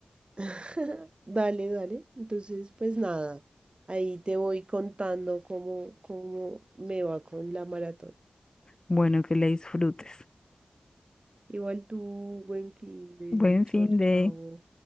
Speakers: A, on the right; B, on the left.
A: <laughs> Dale, dale. Entonces, pues nada, ahí te voy contando cómo, cómo me va con la maratón.
B: Bueno, que la disfrutes.
A: Igual tú, buen fin de
B: Buen
A: chao,
B: fin de...
A: chao.